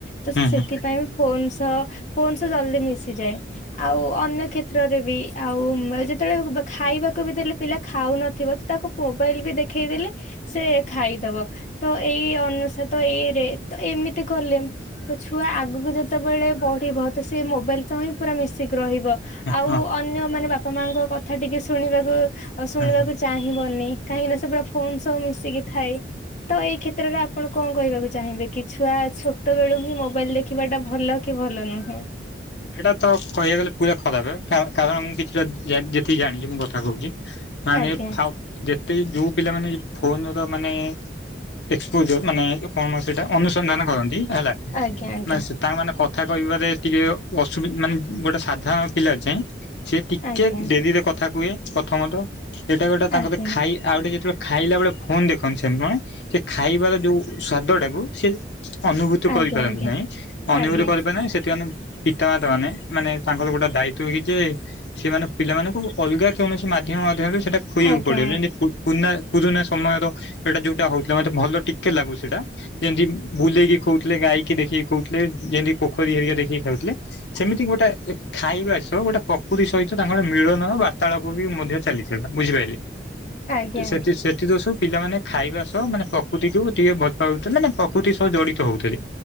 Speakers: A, on the left; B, on the left.
A: ତ ସେ
B: ହୁଁ
A: ସେଥିପାଇଁ
B: ହୁଁ ହଁ ହୁଁ ହୁଁ ହୁଁ ହୁଁ
A: ବି ଫୋନ୍ ସହ ଫୋନ ସହ ଜଲଦି ମିଶିଯାଏ ଆଉ ଅନ୍ୟ କ୍ଷେତ୍ର ରେ ବି ଉମ ଆଉ ଯେତେବେଳେ ଖାଇବାକୁ ବି ଦେଲେ ପିଲା ଖାଉନଥିବ ତ ତାକୁ ମୋବାଇଲ ବି ଦେଖ ଖେଇଦେଲେ ସେ ଖାଇଦବ ତ ଏଇ ଅନୁସାରେ ତ ଏଇରେ ତ ଏମିତି କଲେ ତ ଛୁଆ ଆଗକୁ ଯେତେବେଳେ ପଢିବ ତ ସେ ମୋବାଇଲ ତ ହିଁ ପୁରା ମିଶିକି ରହିବ ଆଉ
B: ହଁ
A: ଅନ୍ୟ ମାନେ ବାପା ମାଙ୍କ କଥା ଟିକେ ଶୁଣିବାକୁ ଆଉ ଶୁଣିବାକୁ
B: ହଁ ହଁ ହଁ
A: ଚାହିଁବନି କାହିଁକି ନା ସେ ପୁରା ଫୋନ ସହ ମିଶିକି ଥାଏ ତ ଏଇ କ୍ଷେତ୍ରରେ ଆପଣ କଣ କହିବାକୁ ଚାହିଁବେ କି ଛୁଆ ଛୋ ଛୋଟବେଳୁ ହିଁ ମୋବାଇଲ ଦେଖିବା ଟା ଭଲ କି ଭଲ ନୁହେଁ?
B: ଏଇଟା ତ କହିବାକୁ ଗଲେ ପୁରା ଖରାପ କା କାରଣ ମୁଁ କିଛିଟା ଯେ ଯେତିକି ଜାଣିଛି ମୁଁ କଥା କହୁଚି ମାନେ
A: ଆଜ୍ଞା
B: ଫାଉ ଯେତେ ଯୋଉ ପିଲାମାନେ ଫୋନ ର ମାନେ ଏକ୍ସପୋଜର ମାନେ କଣ ସେଇଟା ଅନୁସନ୍ଧାନ କରନ୍ତି ହେଲା
A: ଆଜ୍ଞା ଆଜ୍ଞା
B: ମାନେ ସେ ତା ମାନେ କଥା କହିବାରେ ଟିକେ ଅସୁବି ମାନେ ଗୋଟେ ସାଧାରଣ ପିଲା ଯାଏଁ ସିଏ ଟିକେ
A: ଆଜ୍ଞା
B: ଡେରିରେ କଥା କୁହେ ପ୍ରଥମତଃ ଏଇଟା ଗୋଟେ ତାଙ୍କର
A: ଆଜ୍ଞା
B: ତ ଖାଇ ଆଉ ଗୋଟେ ଯେତେବେଳେ ଖାଇଲା ବେଳେ ଫୋନ ଦେଖନ୍ତି ସେମି ନୁହେଁ ସେ ଖାଇବାର ଯୋଉ ସ୍ଵାଦ ଟାକୁ ସେ ଅନୁଭୂତ
A: ଆଜ୍ଞା।
B: କରିପାରନ୍ତି ନାଇଁ ଅନୁଭୂତ
A: ଆଜ୍ଞା
B: କରିପାର ନାହିଁ ସେତି ମାନେ ପିତାମାତା ମାନେ ମା ମାନେ ତାଙ୍କର ଗୋଟେ ଦାୟିତଵ କି ଯେ ସେମାନେ ପିଲା ମାନନଙ୍କୁ ଅଲଗା କୌଣସି ମାଧ୍ୟମ ମାଧ୍ୟମ ରେ ସେଇଟା ଖୁଇବାକୁ
A: ଆଜ୍ଞା
B: ପଡିବ
A: ଆଜ୍ଞା
B: ଯେମିତି ପୁ କୁନା କୁରୁନା ସମୟର ସେଟା ଯୋଉଟା ହଉଥିଲା ମନେ ଭଲ ଟିକେ ଲାଗୁ ସେଇଟା ଯେମତି ବୁଲେଇକି ଖଉଥିଲେ ଗାଈକି ଦେଖିକି ଖଉଥିଲେ ଯେମିତି ପୋଖରୀ ହେରିକା ଦେଖିକି ଖାଉଥିଲେ ସେମିତି ଗୋଟେ ଖାଇବା ସହ ଗୋଟେ ପ୍ରକୃତି ସହିତ ତାଙ୍କର ମିଳନ ବାର୍ତ୍ତାଳାପ ବି ମଧ୍ୟ ଚାଲି ଟା ବୁଝିପାରିଲେ
A: ଆଜ୍ଞା ଆଜ୍ଞା ଆଜ୍ଞା
B: ସେଠି ସେଠି ତ ସବୁ ପିଲାମାନେ ଖାଇବା ସହ ମାନେ ପ୍ରକୃତିକୁ ଟିକେ ଭଲ ପାଉଥିଲେ ମାନେ ପ୍ରକୃତି ସହ ଜଡିତ ହଉଥିଲେ